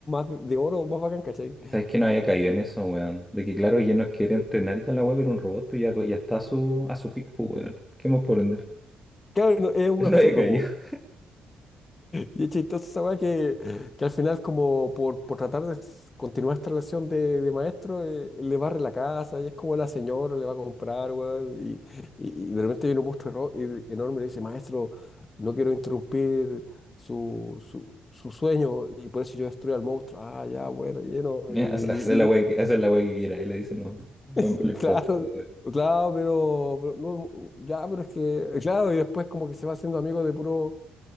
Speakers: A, on the left; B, in the centre.
A: más de oro, más bacán, ¿cachai?
B: ¿Sabes que no había caído en eso, weón? De que claro, ya no quiere entrenar y toda la web pero un robot, pues ya, co- ya está a su, a su pico, pues weón. ¿Qué más por vender?
A: Claro, no, es un
B: <laughs>
A: absurdo,
B: No había caído.
A: po. Y es chistoso esa weá que, que al final, como por, por tratar de s- continuar esta relación de, de maestro, eh, le barre la casa y es como la señora le va a comprar, weón. Y, y, y de repente viene un monstruo erro- y- enorme y le dice, maestro, no quiero interrumpir su, su, su sueño y por eso yo destruyo al monstruo. Ah, ya, bueno, lleno.
B: Ya,
A: Y,
B: haz- haz la wea
A: y-
B: que, haz la wea que quiera. Y le dicen, no, no,
A: y- <laughs>
B: no le importa.
A: claro,
B: weón.
A: claro, pero, pero no, ya, pero es que, claro, y después como que se va haciendo amigo de puro